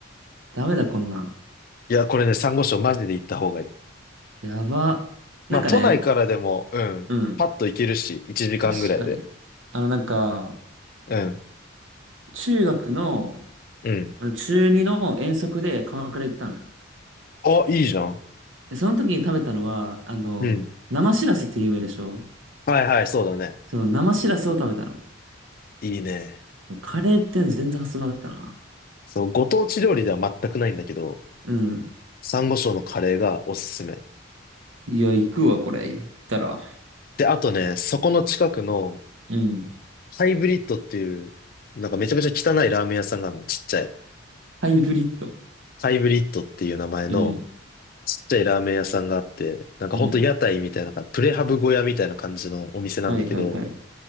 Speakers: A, on the right; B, on the left.
A: ダメだこんなん。
B: いや、これね、サンゴ礁マジで行った方がいい。
A: やば。
B: まあ都内からでも、
A: なんかね、
B: うん、
A: うん。
B: パッと行けるし、1時間ぐらいで。
A: 確かに。あの、なんか、
B: うん、
A: 中学の、
B: うん。
A: あの、中2の遠足で鎌倉行ったのよ。
B: あ、いいじゃん。
A: で、その時に食べたのは、あの、
B: うん。
A: 生しらすって有名でしょ
B: はいはい、そうだね。
A: そう生しらすを食べたの。
B: いいね。
A: カレーって全然発想なかったな。
B: そう、ご当地料理では全くないんだけど、
A: うん。
B: サンゴ礁のカレーがおすすめ。
A: いや、行くわ、これ。行ったら。
B: で、あとね、そこの近くの
A: うん。
B: ハイブリッドっていう、なんかめちゃめちゃ汚いラーメン屋さんがあるの、ちっちゃい。
A: ハイブリッド。
B: ハイブリッドっていう名前の
A: うん。
B: ちっちゃいラーメン屋さんがあって、なんかほんと屋台みたいな、
A: うん。
B: プレハブ小屋みたいな感じのお店なんだけど、
A: はいはいはい。